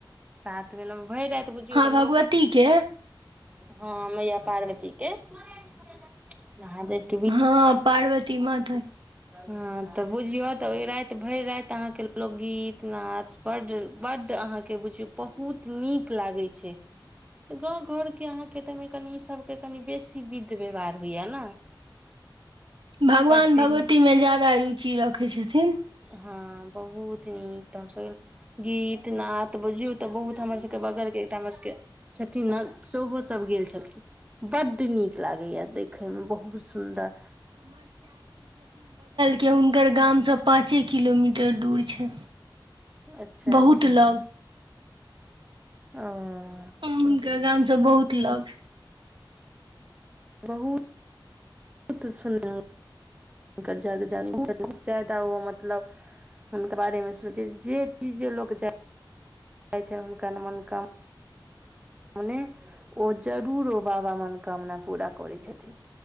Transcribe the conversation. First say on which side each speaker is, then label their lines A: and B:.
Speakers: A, on the right; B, on the right.
A: सात बेर भरि राति। बुझियौ
B: हँ
A: तऽ
B: भगवतीके।
A: लोक
B: <unintelligible>
A: हँ मैया पार्वती के। <unintelligible> नहाँ देके भी।
B: हँ
A: <unintelligible>
B: पार्वती मथ। <unintelligible>
A: हँ तऽ बुझियो तऽ ओहि राति भरि राति अहाँके लोकगीत नाच बड -बड अहाँके बुझियौ बहुत नीक लागे छै गाँं घर के अहाँके त कनी ई सब। क बेसी बिध। व्यवहार भय ने। <unintelligible>
B: भगवान
A: बड
B: भगवती
A: दिन
B: में ज्याददा रुचि। <unintelligible> चीरख। <unintelligible> देखै छथिन। <unintelligible>
A: हँ बहुत नीक त हम सब गीत नाद बुझियऔ ते बहुत हमर सबके बगल के एकटा हमर सबके छथिन ने सेहो सब गेल छलखिन बड नीक लागे या देखे में बहुत सुन्दर।
B: कि हुनकर गामसँ पाँचे किलोमीटर दूर छै।
A: अच्छा
B: बहुत
A: -अच्छा। <unintelligible>
B: लग
A: ह। <unintelligible>
B: हुनका गामसँ बहुत लग। <unintelligible>
A: बहुूत। <unintelligible> बहुत सुन -हुनकर जग जान छथि जादाऽ ओ मतलब हुनकर बारेमे सोचै जे चीज जे लोक जाइ- जाइ छै हुनकर मननकाम। ने ओ जरूर ओ बाबा मनोकामना पूरा करै छथिन